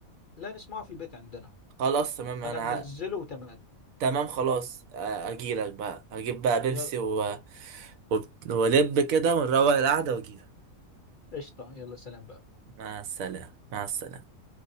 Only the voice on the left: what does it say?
لا نسمعه في البيت عندنا
انا منزله وتمام
يلا
قشطة يلا سلام بقى